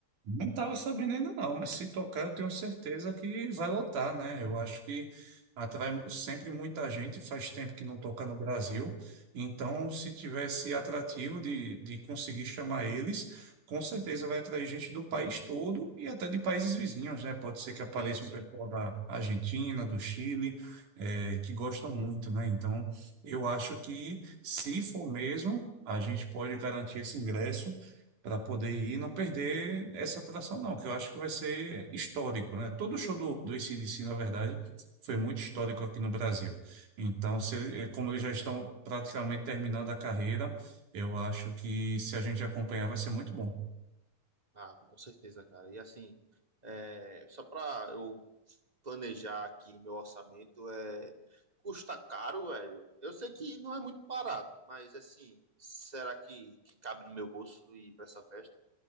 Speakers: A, on the right; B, on the right.
A: Não estava sabendo ainda não, mas se tocar eu tenho certeza que vai lotar, né? Eu acho que atrai sempre muita gente, faz tempo que não toca no Brasil, então se tivesse atrativo de, de conseguir chamar eles, com certeza vai atrair gente do país todo e até de países vizinhos, né? Pode ser que apareça
B: Sim, sim.
A: um pessoal da Argentina, do Chile, eh, que gostam muito, né? Então eu acho que se for mesmo, a gente pode garantir esse ingresso para poder ir e não perder essa atração, não, que eu acho que vai ser histórico, né? Todo show do, do AC/DC,
B: sim.
A: na verdade, foi muito histórico aqui no Brasil. Então, se ele- eh, como eles já estão praticamente terminando a carreira, eu acho que se a gente acompanhar vai ser muito bom.
B: Ah, com certeza, cara. E assim, é, só pra eu planejar aqui meu orçamento, é, custa caro, velho. Eu sei que não é muito barato, mas assim, será que, que cabe no meu bolso ir pra essa festa?